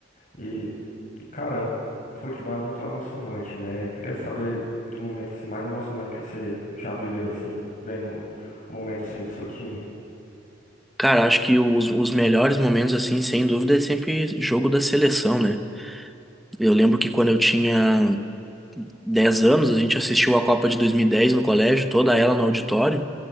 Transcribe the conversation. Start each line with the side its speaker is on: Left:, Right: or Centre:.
Left: E, e, cara, o futebol é muito emocionante, né? Eu queria saber do momento assim, mais emocionante que você já viveu, assim, vendo um um momento assim do seu time.
Centre: Cara, acho que os, os melhores momentos, assim, sem dúvida, é sempre jogo da seleção, né? Eu lembro que quando eu tinha 10 anos, a gente assistiu a Copa de 2010 no colégio, toda ela no auditório.